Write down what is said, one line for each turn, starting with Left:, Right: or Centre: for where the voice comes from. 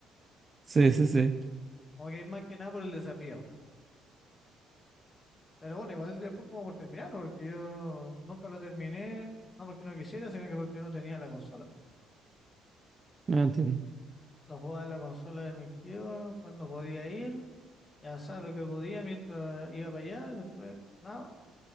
Right: Sí, sí, sí.
Left: como que es más que nada por el desafío. Pero bueno, igual después como por terminarlo, porque yo nunca lo terminé, no porque no quisiera, sino que porque yo no tenía la consola.
Right: No entiendo.
Left: Lo jugaba en la consola de mis tíos cuando podía ir, y avanzaba lo que podía mientras iba para allá, y después nada,